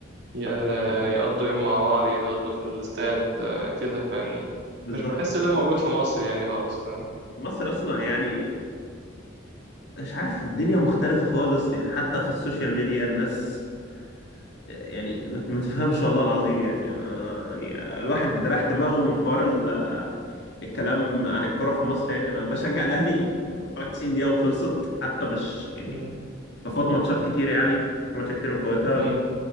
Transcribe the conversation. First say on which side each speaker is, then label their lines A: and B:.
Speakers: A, on the right; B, on the left.
A: ي- يقضوا يوم مع بعض يتغدوا في الاستاد آه، كده فاهمني
B: بالظبط
A: مش بحس ده موجود في مصر يعني خالص فاهم
B: مصر أصلا يعني مش عارف الدنيا مختلفة خالص يعني حتى في السوشيال ميديا الناس يعني ما ما تفهمش والله العظيم يعني آه، يعني الواحد راح دماغه من حوار ال... الكلام عن الكرة في مصر يعني أنا بشجع الأهلي يعني 90 دقيقة وخلصت حتى مش يعني
A: مم.
B: بفوت ماتشات كتير يعني في ماتشات كتير بفوتها
A: مم.